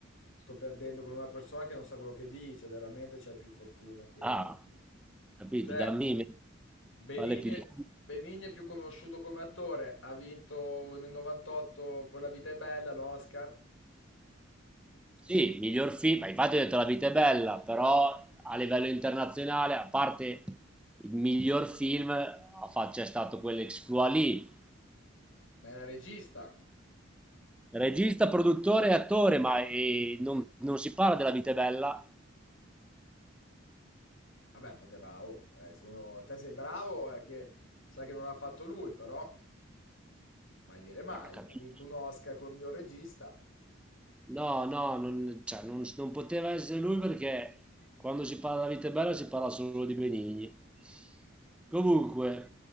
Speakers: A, on the left (about 70°); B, in the centre.
A: sto perdendo con una persona che non sa quello che dice. Veramente c'hai più fortuna che...
B: Ah, capito,
A: Cioè,
B: da me
A: Benigni,
B: vale più di
A: Benigni è più conosciuto come attore. Ha vinto nel 98 con La vita è bella l'Oscar,
B: Sì, miglior film, ma infatti ho detto La vita è bella, però a livello internazionale, a parte il miglior film, ha fa- c'è stato quell'exploit lì.
A: ma era regista.
B: Regista, produttore e attore, ma eh, non, non si parla della vita è bella.
A: Vabbè, poteva, oh, eh, se uno, te sei bravo, è che sa che non l'ha fatto lui, però mai dire mai.
B: Ma, capito?
A: Ha vinto un Oscar come miglior regista.
B: No, no, non, cioè, non- non poteva essere lui perché quando si parla di vita è bella si parla solo di Benigni. Comunque,